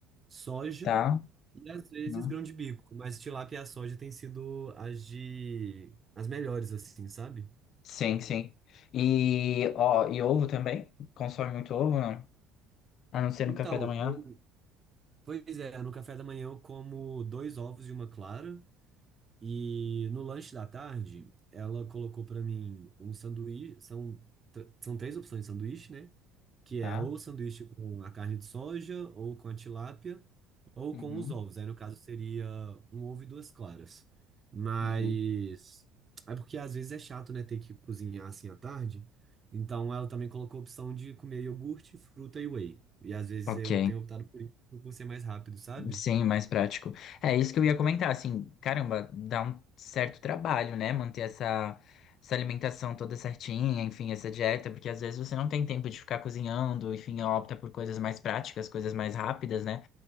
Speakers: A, on the right (about 30°); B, on the left (about 55°).
A: soja
B: Tá.
A: e às vezes
B: Uhum.
A: grão de bico. Mas tilápia e a soja têm sido as de. as melhores, assim, sabe?
B: Sim, sim. E, ó, e ovo também? Consome muito ovo, não? A não ser
A: Então,
B: no café da manhã?
A: eu. Pois é, no café da manhã eu como dois ovos e uma clara. E no lanche da tarde, ela colocou pra mim um sanduíche. São, tr- são três opções de sanduíche, né? Que
B: Tá.
A: é ou sanduíche com a carne de soja, ou com a tilápia, ou
B: Uhum.
A: com os ovos. Aí, no caso, seria um ovo e duas claras. Mas.
B: Uhum.
A: É porque às vezes é chato, né? Ter que cozinhar assim à tarde. Então, ela também colocou a opção de comer iogurte, fruta e whey. E às vezes
B: Ok.
A: eu tenho optado por isso por ser mais rápido, sabe?
B: Sim, mais prático. É isso que eu ia comentar, assim, caramba, dá um certo trabalho, né? Manter essa, essa alimentação toda certinha, enfim, essa dieta, porque às vezes você não tem tempo de ficar cozinhando, enfim, opta por coisas mais práticas, coisas mais rápidas, né?